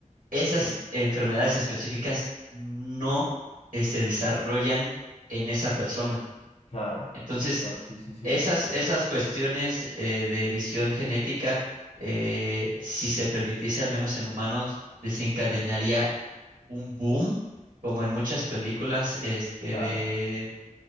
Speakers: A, on the right; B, on the left.
A: esas
B: sí,
A: enfermedades específicas no eh, se desarrollan en esa persona.
B: claro,
A: Entonces,
B: claro, sí, sí, sí,
A: esas, esas cuestiones eh, de edición genética, eh, si se permitiese al menos en humanos, desencadenaría
B: sí,
A: un boom, como en muchas películas, este,
B: claro,
A: de,